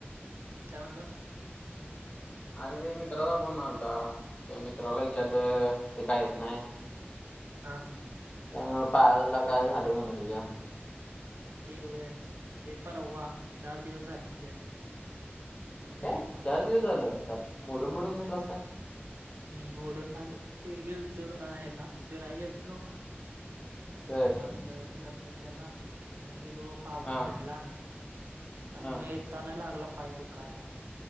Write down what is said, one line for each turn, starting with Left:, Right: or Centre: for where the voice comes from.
Right: काय म्हनल?
Left: ह <inaudible> अरे ते मित्राचा फोन आलता त्या मित्राला विचारलं ते काय येत नाही.
Right: हां.
Left: त्यामुळे पायाला काय झाले म्हणे तुझ्या.
Right: ते होय ते परवा चार दिवस झाले त्याला. म्हणून
Left: हे
Right: येत नाही
Left: चार दिवस झालं का मोडून, मोडून घेतलास का?
Right: हम्म, मोढून नाही ते गेलतो जरा हला फिराय गेलतो.
Left: बर
Right: ह्याला आपलं धबधब्याला. तिथन गेलो पावनखिंडला
Left: हा हा
Right: आणि मग येताना लागला पाय दुखायला.